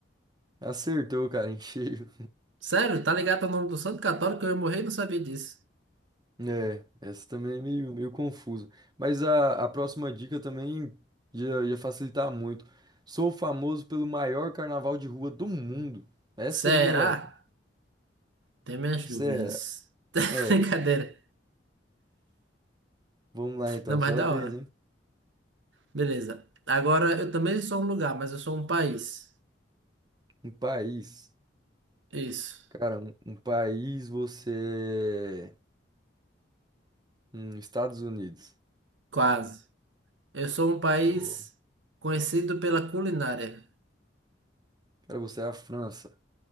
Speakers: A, on the right; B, on the right.
A: Acertou, cara, em cheio.
B: Sério? Tá ligado ao nome do Santo Católico? Eu ia morrer e não sabia disso.
A: É, essa também é meio, meio confusa. Mas a, a próxima dica também ia, ia facilitar muito. Sou famoso pelo maior carnaval de rua do mundo. Essa
B: Será?
A: ia.
B: Tem minhas
A: Será?
B: dúvidas. <laughs>
A: É,
B: Brincadeira.
A: é, vamos lá então,
B: Não, mas
A: sua
B: da
A: vez,
B: hora.
A: hein?
B: Beleza. Agora, eu também sou um lugar, mas eu sou um país.
A: Um país.
B: Isso.
A: Cara, um, um país você é. Hum, Estados Unidos.
B: Quase. Eu sou um país
A: Pô,
B: conhecido pela culinária.
A: Cara, você é a França.